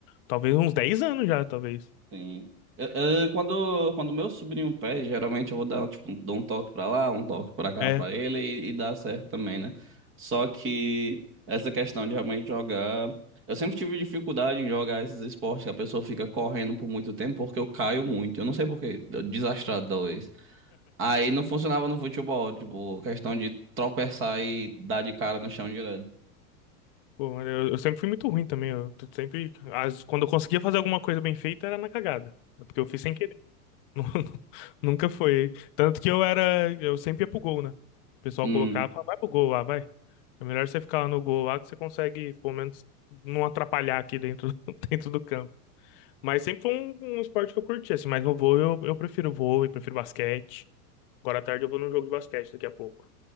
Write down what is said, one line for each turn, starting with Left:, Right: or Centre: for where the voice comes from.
Left: talvez, uns 10 anos já, talvez.
Right: Sim. Eu- eu- quando, quando meu sobrinho pede, geralmente eu vou dar, tipo, dou um toque pra lá, um toque pra cá
Left: É.
Right: pra ele e, e dá certo também, né? Só que essa questão de realmente jogar. Eu sempre tive dificuldade em jogar esses esportes que a pessoa fica correndo por muito tempo porque eu caio muito. Eu não sei por quê, eu- desastrado talvez. Aí não funcionava no futebol, tipo, questão de tropeçar e dar de cara no chão direto.
Left: Pô, mas eu, eu sempre fui muito ruim também. Eu t- sempre, as- quando eu conseguia fazer alguma coisa bem feita, era na cagada. É Porque eu fiz sem querer. <laughs> Nunca foi. Tanto que eu era. Eu sempre ia pro gol, né? O pessoal
Right: Hum,
Left: colocava, "Ah, vai pro gol lá, vai. É melhor você ficar lá no gol lá que você consegue, pelo menos, não atrapalhar aqui dentro, <laughs> dentro do campo. Mas sempre foi um, um esporte que eu curti, assim. Mas no vôlei eu, eu prefiro vôlei, prefiro basquete. Agora à tarde eu vou num jogo de basquete daqui a pouco.